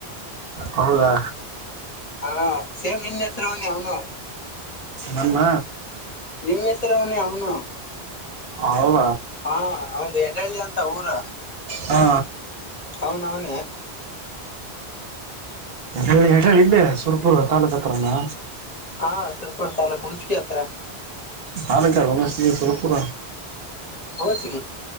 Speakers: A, on the right (about 65°); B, on the left (about 40°).
A: ಹೌದಾ
B: ಹಾ ಸೇಮ್ ವಿನ್ಯಸ್ರವನಿ ಅವನು
A: ನನ್ನ
B: ನಿಮ್ಮ್ ಹೆಸರ ಅವನೇ ಅವ್ನು
A: ಹೌದ
B: ಹಾ ಒಂದು ಎಡಳ್ಳಿ ಅಂತ ಊರು
A: ಹಾ
B: ಹೌನ್ ಅವ್ನ್
A: ಹೇಳ ಹೇಳಿ ಇಲ್ಲಿ ಸುರ್ಪುರ್ ತಲ್ಲೂಕು ಹತ್ರಾನ
B: ಹಾ ಸವರಿಪಡ್ತಲ್ಲ ಕುಣ್ಕಿ ಹತ್ರ
A: ಭಾನಕ ಒ ಸುರಪುರ
B: ಓಸಿ